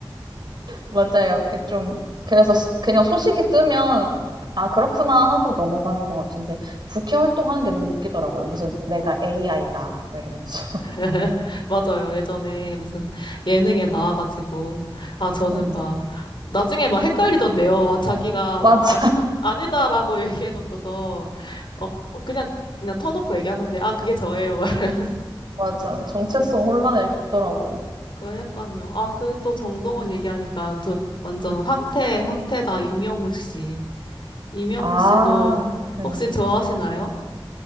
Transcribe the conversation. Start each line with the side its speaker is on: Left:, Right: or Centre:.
Right: 맞아요. 그 좀, 그래서 스- 그냥 소식이 뜨면, 아, 그렇구나 하고 넘어가는 것 같은데, 부캐 활동하는 게 너무 웃기더라고요. 무슨 내가 AI다. 뭐 이러면서. <laughs>
Left: <laughs> 맞아요. 예전에 무슨 예능에 나와가지고 아 저는
Right: 맞아.
Left: 막 나중에 막 헷갈리던데요. 막 자기가
Right: 맞아.
Left: 막 아니 아니다라고 <laughs> 얘기해놓고서 어뭐 그냥 그냥 터놓고 얘기하던데 아 그게 저예요. 막. <laughs>
Right: <laughs> 맞아. 정체성 혼란을 겪더라고요.
Left: 그러니까요. 아 그 또 정동원 얘기하니까 저 완전
Right: 음.
Left: 황태 황태다 임영웅 씨. 임영웅
Right: 아,
Left: 씨도
Right: 네.
Left: 혹시 좋아하시나요?